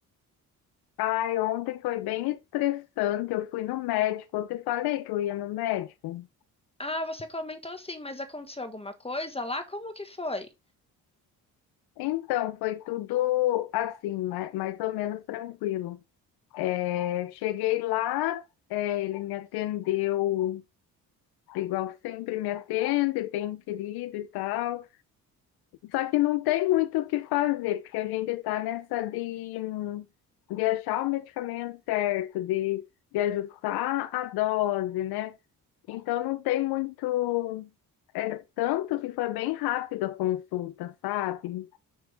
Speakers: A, on the left; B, on the left.
A: Ai, ontem foi bem estressante. Eu fui no médico. Eu te falei que eu ia no médico.
B: Ah, você comentou sim, mas aconteceu alguma coisa lá? Como que foi?
A: Então, foi tudo assim, ma- mais ou menos tranquilo. Eu cheguei lá, é, ele me atendeu igual sempre me atende, bem querido e tal. Só que não tem muito o que fazer, porque a gente tá nessa de, hum, de achar o medicamento certo, de, de ajustar a dose, né? Então não tem muito. É, tanto que foi bem rápido a consulta, sabe?